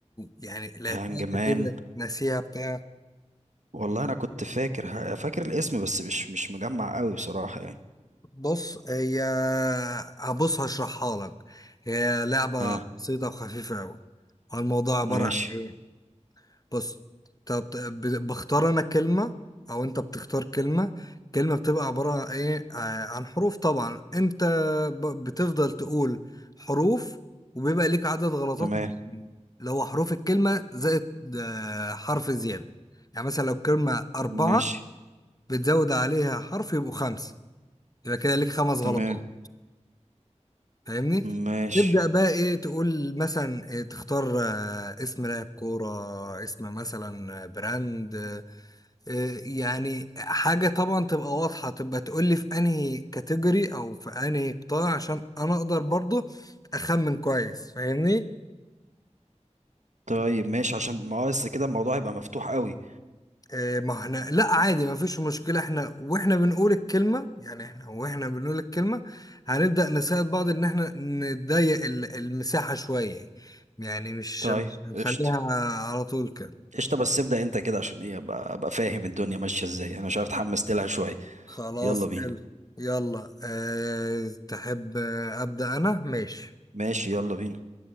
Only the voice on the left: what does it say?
يعني لعبتها
قبل
كده ناسيها بتاع
بص هي هبص هشرحها لك هي لعبة
بسيطة وخفيفة قوي الموضوع عبارة
عن إيه؟ بص طب ب- بختار انا كلمة او انت بتختار كلمة كلمة بتبقى عبارة عن ايه آه، عن حروف طبعا انت ب- بتفضل تقول حروف وبيبقى ليك عدد غلطات
معينة اللي هو حروف الكلمة زائد آه، حرف زيادة يعني مثلا لو كلمة أربعة
بتزود عليها حرف يبقوا خمسة يبقى كده ليك خمس غلطات
فاهمني؟
تبدأ بقى ايه تقول مثلا إيه تختار آه، اسم لاعب كورة اسم مثلا آه، براند آه، يعني حاجة طبعا تبقى واضحة تبقى تقولي في انهي كاتيجوري او في انهي قطاع عشان انا اقدر برضو اخمن كويس فاهمني
آه، ما احنا لا عادي ما فيش مشكلة احنا واحنا بنقول الكلمة يعني احنا واحنا بنقول الكلمة هنبدأ نساعد بعض ان احنا نضيق ال- المساحة شوية يعني مش
مش نخليها
على طول كده
خلاص
حلو. يلا أه تحب آه، أبدأ أنا ماشي